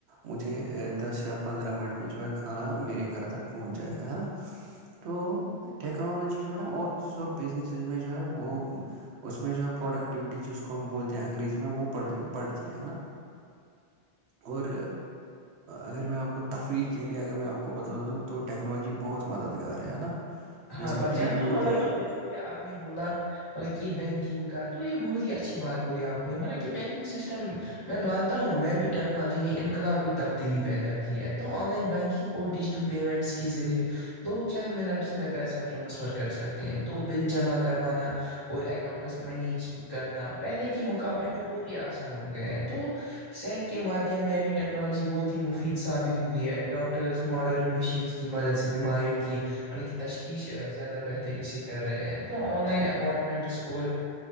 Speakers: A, on the right; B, on the left.
A: مجھے دس یا پندرہ منٹ میں جو ہے کھانا میرے گھر تک پہنچ جائے گا ہے نا تو ٹیکنالوجی جو ہے نا آفسز اور بزنسز میں جو ہے وہ اس میں جو ہے پروڈکٹیوٹی کو ہم بولتے ہیں انگریزی میں وہڑ بڑھتی ہے ہے نا اور اگر میں آپ کو تفریح کے لیے اگر میں آپ کو بتا دوں تو ٹیکنالوجی بہت مددگار ہے نا
B: ہاں
A: جیسے
B: بچان
A: ٹی وی
B: تو
A: ہو
B: مطلب
A: گیا
B: کہ جیسے کہ آپ نے بولا مطلب کہ یہ بینکنگ کا تو یہ بہت ہی اچھی بات بولی آپ نے مطلب کہ بینکنگ سسٹم میں مانتا ہوں میں بھی ٹیکنالوجی نے انقلاب تبدیلی پیدا کی ہے تو آن لائن بینکنگ اور ڈیجیٹل پیمنٹس کے ذریعے لوگ چند منٹس میں پیسہ ٹرانسفر کر سکتے ہیں تو بل جمع کروانا اور اکاؤنٹس منیج کرنا پہلے کے مقابلے میں بہت ہی آسان ہو گیا ہیں تو صحت کے مادھیم میں بھی ٹیکنالوجی بہت ہی مفید ثابت ہوئی ہے ڈاکٹرس ماڈرن مشینس کی مدد سے بیماریوں کی بکہ تشخیش زیادہ بہتری سے کر رہے ہیں تو آن لائن اپوائنٹمنٹس اور ا